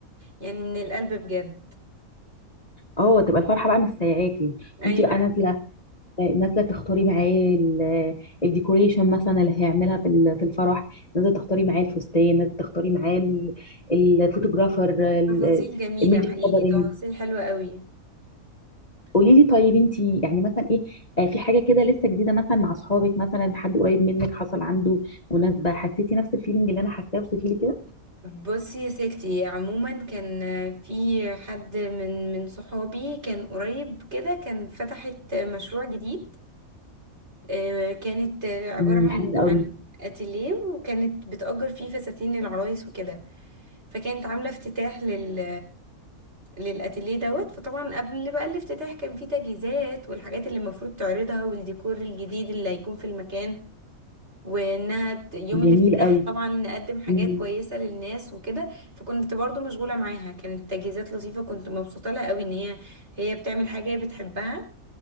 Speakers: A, on the right (about 50°); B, on the left (about 30°).
A: يعني من القلب بجد
B: اه تبقى الفرحة بقى مش سايعاكي
A: ايوه
B: وانت بقى نازله نازله تختاري معاه ال- الديكوريشن مثلا اللي هيعملها في ال- في الفرح نازله تختاري معاه الفستان نازله تختاري معاه ال- الفوتوغرافر ال-
A: تفاصيل جميلة
B: الميديا
A: حقيقي
B: كفرنج
A: تفاصيل حلوة قوي
B: قولي لي طيب انت يعني مثلا ايه آه، في حاجه كده لسه جديده مثلا مع اصحابك مثلا حد قريب منك حصل عنده مناسبه حسيتي نفس الفيلينج اللي انا حاساه وصفي لي كده
A: بصي يا ستي عموما كان في حد من من صحابي كان قريب كده كان فتحت مشروع جديد آه، كانت عبارة
B: امم
A: عن
B: حلو
A: عن
B: قوي
A: اتيليه وكانت بتأجر فيه فساتين العرايس وكده فكانت عاملة افتتاح لل للاتيليه دوت فطبعا قبل بقى الافتتاح كان في تجهيزات والحاجات اللي المفروض تعرضها والديكور الجديد اللي هيكون في المكان وانها ت- يوم
B: جميل
A: الافتتاح
B: قوي
A: طبعا نقدم حاجات
B: امم
A: كويسة للناس وكده فكنت برضو مشغولة معاها كانت تجهيزات لطيفة كنت مبسوطة لها قوي ان هي هي بتعمل حاجة هي بتحبها